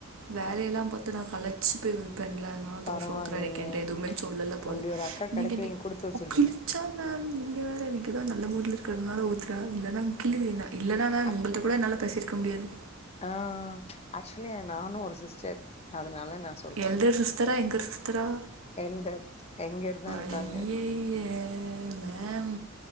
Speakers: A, on the right; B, on the left.
A: வேலையெல்லா பாத்து நா கழச்சி போய் வந் இப்பன்ல அதுனால
B: பரவாயில்லையே
A: தோச ஊத்துறா இன்னிக்கு எயன்ட எதுவுமே சொல்லல்ல போல
B: இப்டி ஒரு அக்கா கெடைக்க
A: நீங்க இன்னைக்கு
B: குடுத்து வச்சிருக்கணு
A: ஓட்காந்து க்ஷ மேம் நீங்க வேற இன்னக்கி தா நல்ல மூடுல இருக்கு இருக்கறதுனால ஊத்துரா இல்லன்னா கிழல் என்ன இல்லன்னா மேம்
B: ஆக்ச்
A: உங்கள்கிட்ட கூட என்னால பேசி இருக்க முடியாது
B: ஆ ஆக்சுவலி நானு ஒரு சிஸ்டர் அதனால நா சொல்ற
A: எல்டர் சிஸ்டரா எங்கர் சிஸ்டரா
B: எல்டர் யங்கர் தா இருக்காங்க
A: ஐயைய மேம்